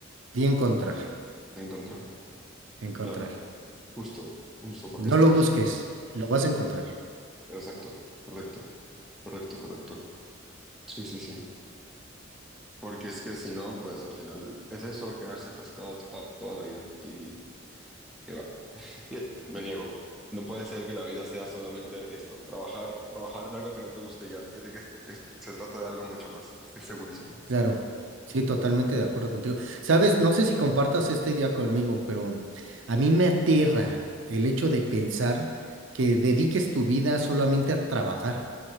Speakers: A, on the right (about 70°); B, in the centre.
A: di encontrar,
B: Encontrar,
A: encontrar.
B: claro, justo, justo, porque
A: No
B: está
A: lo
B: allí.
A: busques, lo vas a encontrar.
B: Eh, Exacto, correcto, correcto, correcto. Sí, sí, sí. Porque es que si no, pues al final es eso, quedarse atascado to- toda la vida. Y que va. que Me niego. No puede ser que la vida sea solamente esto, trabajar, trabajar en algo que no te guste ya. Tiene que, es- se trata de algo mucho más. Estoy segurísimo.
A: Claro, sí, totalmente de acuerdo contigo. Sabes, no sé si compartas esta idea conmigo, pero a mí me aterra el hecho de pensar que dediques tu vida solamente a trabajar,